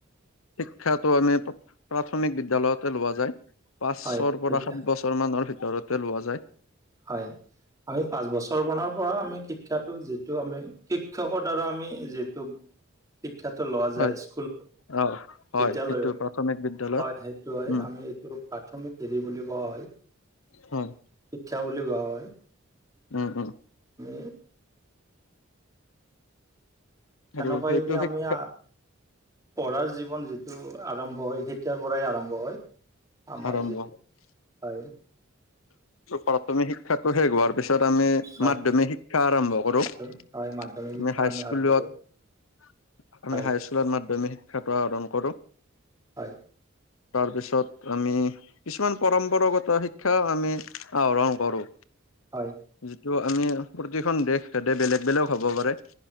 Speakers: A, on the left (about 85°); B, on the right (about 15°).
A: শিক্ষাটো আমি প্ৰাথমিক বিদ্যায়ালয়তে লোৱা যায়। পাঁচৰ
B: হয়,
A: পৰা,
B: শিক্ষা
A: সাত বছৰ মানৰ ভিতৰতে লোৱা যায়।
B: হয় আমি পাঁচ বছৰ পৰ, পৰা আমি শিক্ষাটো যিটো আমি শিক্ষকৰ দ্বাৰা আমি যিহেতু শিক্ষাটো লোৱা
A: হয়
B: যায় স্কুল
A: অ হয়
B: বিদ্যালয়ো
A: সেইটো প্ৰাথমিক বিদ্যালয়ত
B: হয় সেইটো হয়
A: উম
B: আমি এইটো প্ৰাথমিক বুলি কোৱা হয়।
A: হয়।
B: শিক্ষা বুলি কোৱা হয়।
A: উ, অ'।
B: <inaudible> সেনেকুৱাইদি
A: আৰু সেইটো শিক্ষা
B: আমি পঢ়াৰ জীৱন যিটো আৰম্ভ হয় তেতিয়াৰ পৰাই আৰম্ভ হয় আমাৰ
A: আৰম্ভ
B: যিটো হয়।
A: প্ৰাথমিক শিক্ষাতটো শেষ হোৱাৰ পিছত আমি
B: হয়
A: মাধ্মিক শিক্ষা আৰম্ভ কৰোঁ
B: মাধ্য-
A: আমি
B: হয় মাধ্যমিক শিক্ষা
A: হাইস্কুলত।
B: আমি আৰম্ভ কৰোঁ হয়
A: আমি হাইস্কুলত মাধ্যমিক শিক্ষাটো আহৰণ কৰোঁ।
B: হয়।
A: তাৰপিছত আমি কিছুমান পৰম্পৰাগত শিক্ষা শিক্ষাও আমি আহৰণ কৰোঁ।
B: হয়।
A: যিটো আমি প্ৰতিখন দেশ হেদে বেলেগ, বেলেগ হ'ব পাৰে